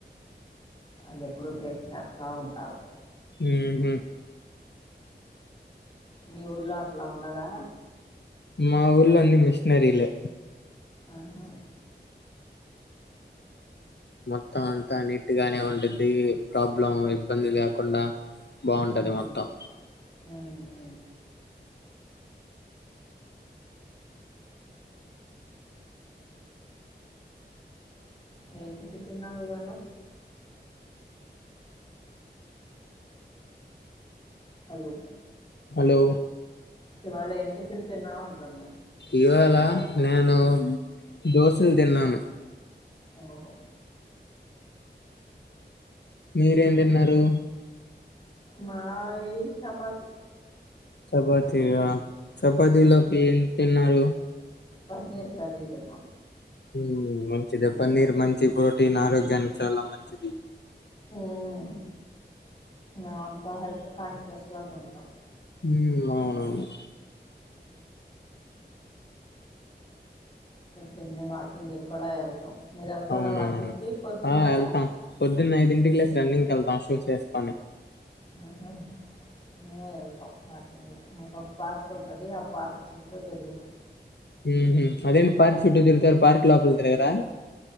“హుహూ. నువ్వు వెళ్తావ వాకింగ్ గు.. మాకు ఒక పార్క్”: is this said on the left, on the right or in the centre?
Left